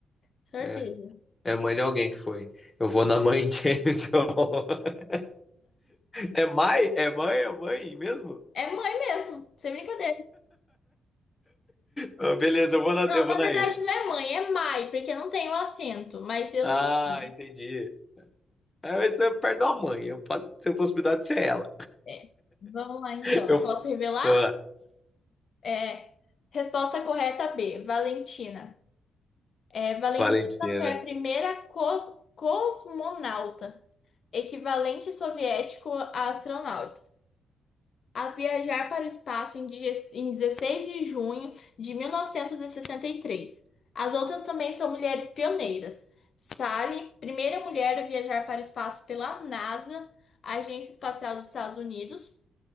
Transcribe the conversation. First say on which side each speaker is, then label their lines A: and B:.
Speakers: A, on the left; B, on the left.
A: Certeza.
B: É, é mãe de alguém que foi. Eu vou na mãe de Jameson. <laughs> É mãe? É mãe? É mãe mesmo?
A: É mãe mesmo, sem brincadeira.
B: Ah, Beleza, eu vou na,
A: Não,
B: eu vou
A: na
B: na
A: verdade
B: E.
A: não é mãe, é mãe porque não tem o acento, mas eu
B: Ah,
A: li mãe.
B: entendi. Ah, mas você perde uma mãe, eu posso ter a possibilidade de ser ela.
A: É. Vamos lá então.
B: <laughs> Eu,
A: Posso revelar?
B: pô,
A: É, resposta correta B, Valentina. É, Valentina
B: Valentina.
A: foi a primeira cos- cosmonauta, equivalente soviético a astronauta. a viajar para o espaço em die- em 16 de junho de 1963. As outras também são mulheres pioneiras. Sally, primeira mulher a viajar para o espaço pela NASA, Agência Espacial dos Estados Unidos.